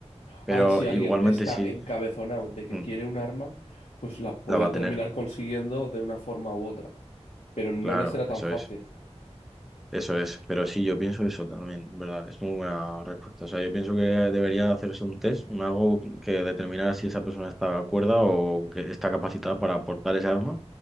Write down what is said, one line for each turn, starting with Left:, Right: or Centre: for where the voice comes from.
Centre: pero
Left: a ver si
Centre: igualmente
Left: alguien está
Centre: sí
Left: encabezonado de que
Centre: mm,
Left: quiere un arma, pues la puede
Centre: la va a
Left: terminar
Centre: tener.
Left: consiguiendo de una forma u otra. Pero no
Centre: Claro,
Left: le será tan
Centre: eso
Left: fácil.
Centre: es. Eso es. Pero sí, yo pienso eso también, en ¿verdad? Es muy buena respuesta. O sea, yo pienso que debería hacerse un test, un algo que determinara si esa persona está cuerda o que está capacitada para portar ese arma,